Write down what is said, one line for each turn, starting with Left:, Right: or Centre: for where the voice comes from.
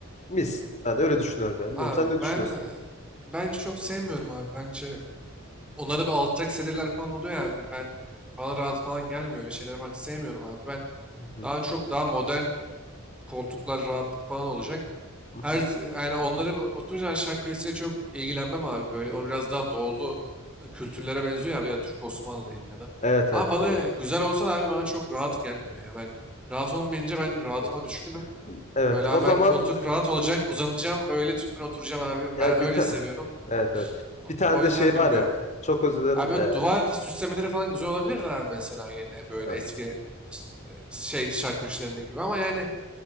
Left: mis. Ben öyle düşünüyorum yani. Bilmiyorum
Centre: abi
Left: sen ne düşünüyorsun?
Centre: ben e, ben çok sevmiyorum abi. Bence onlara bir alçak sedirler falan oluyor abi. Ben bana rahat falan gelmiyor. Öyle şeylere bak sevmiyorum abi. Ben
Left: Hı hı,
Centre: daha çok daha modern koltuklar rahatlık falan olacak.
Left: hı
Centre: Her
Left: hı.
Centre: z- yani onları bu- oturunca ben şark kölesiyle çok ilgilenmem abi. Böyle o biraz daha doğulu kültürlere benziyor ya. Bir de Türk Osmanlı diyelim ya da.
Left: Evet
Centre: Ama
Left: evet
Centre: bana
Left: doğru.
Centre: güzel olsa da abi bana çok rahat gelmiyor ya. Ben rahat olmayınca ben rahatıma
Left: Doğru.
Centre: düşkünüm.
Left: Evet
Centre: Böyle abi
Left: o zaman
Centre: ben koltuk rahat olacak uzanacağım böyle tüm gün oturacağım abi.
Left: ya
Centre: Ben öyle
Left: bir ta-
Centre: seviyorum.
Left: evet evet.
Centre: O
Left: Bir tane
Centre: o
Left: de
Centre: yüzden
Left: şey
Centre: bilmiyorum.
Left: var ya. Çok özür dilerim.
Centre: Abi böyle
Left: E,
Centre: duvar süslemeleri falan güzel olabilir de abi mesela yine böyle
Left: evet.
Centre: eski işte, e, şey şark köşelerinin gibi. Ama yani